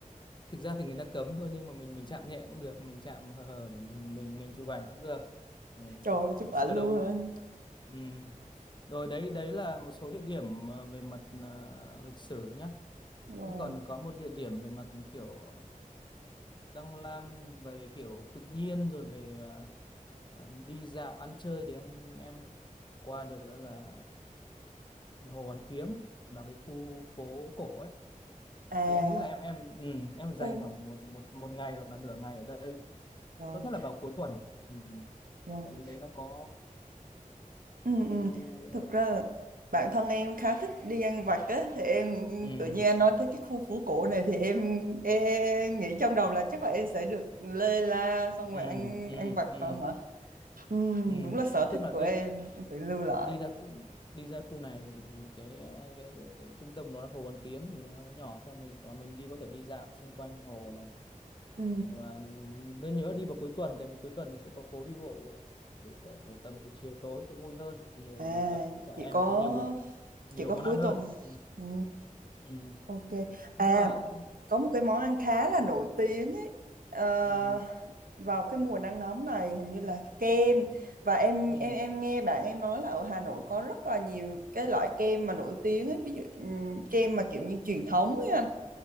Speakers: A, on the left; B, on the right.
A: thực ra thì người ta cấm thôi nhưng mà mình mình chạm nhẹ cũng được mình chạm hờ hờ để mình mình mình chụp ảnh cũng được ừ.
B: Trời ơi, chụp ảnh
A: sờ
B: luôn
A: đầu
B: anh.
A: ừ. rồi đấy đấy là một số địa điểm ờ, về mặt ờ, lịch sử nhá
B: Vâng.
A: Thế còn có một địa điểm về mặt kiểu răng lam về kiểu tự nhiên rồi về à, à, đi dạo ăn chơi thì em em qua được đó là Hồ Hoàn Kiếm và cái khu phố cổ ấy
B: À
A: thì anh nghĩ là em em ừ, em
B: khu
A: dành khoảng một một một ngày hoặc là nửa ngày ở đây
B: vâng
A: tốt nhất là vào cuối tuần ừ.
B: vâng
A: tại vì đấy nó có
B: ừ,
A: khu
B: ừ. thực ra là bản thân em khá thích đi ăn vặt á thì em
A: ừ,
B: tự nhiên anh nói tới cái khu phố cổ này thì em, em nghĩ trong đầu là chắc là em sẽ được lê la xong
A: ừ,
B: rồi ăn
A: ừ,
B: ăn vặt
A: ừ, ừ.
B: phải không ạ ừ,
A: ừ.
B: đúng là sở
A: tức
B: thích
A: là
B: của
A: đi
B: em em phải lưu lại
A: đi ra khu- đi ra khu này thì cái ờ, cái, cái, cái trung tâm nó là hồ Hoàn Kiếm thì nó nhỏ xong mình và mình đi có thể đi dạo xung quanh hồ này
B: ừ.
A: và nên nhớ đi vào cuối tuần tại vì cuối tuần nó sẽ có phố đi bộ Bởi- bởi- bởi tầm từ chiều tối sẽ vui hơn nhiều
B: à
A: hoạt động với cả
B: chỉ
A: em
B: có
A: có nhiều đồ nhiều
B: chỉ có
A: món
B: cuối
A: ăn hơn
B: tuần
A: ừ.
B: ừ.
A: Ừ.
B: Ok. À,
A: nhưng mà nhưng-
B: có một cái món ăn khá là nổi tiếng ấy. Ờ,
A: ừ.
B: vào cái mùa nắng nóng này hình như là kem và em
A: Ừ.
B: em em nghe bạn em nói là ở Hà Nội có rất là nhiều cái loại kem mà nổi tiếng ấy, ví dụ ừm, kem mà kiểu như truyền thống ấy anh.